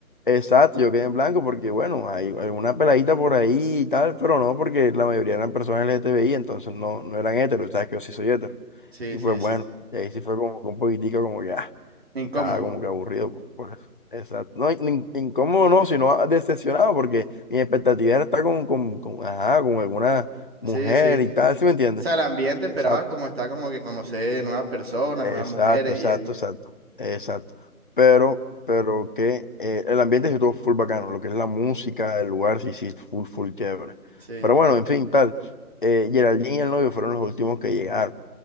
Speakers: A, on the left; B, on the right.
A: exacto, yo quedé en blanco porque, bueno, hay alguna peladita por ahí y tal, pero no, porque la mayoría eran personas LGTBI, entonces no, no eran heteros, sabes que yo sí soy hetero.
B: Sí,
A: Y
B: sí,
A: pues
B: sí.
A: bueno, y ahí sí fue como que un poquitico como que, ah, estaba
B: Incómodo.
A: como que aburrido por, por eso. Exacto. No, in- incómodo no, sino decepcionado, porque mi expectativa era estar con, con, con, ajá, con alguna mujer
B: Sí, sí.
A: y tal, ¿sí me entiendes?
B: O sea, el ambiente esperabas
A: Exacto.
B: como está como que conocer nuevas personas,
A: Exacto,
B: nuevas mujeres
A: exacto,
B: y esto.
A: exacto, exacto. Pero, pero que eh, el ambiente sí estuvo full bacano, lo que es la música, el lugar sí, sí, full, full chévere.
B: Sí,
A: Pero
B: sí.
A: bueno, en fin, tal. Eh, Geraldine y el novio fueron los últimos que llegaron.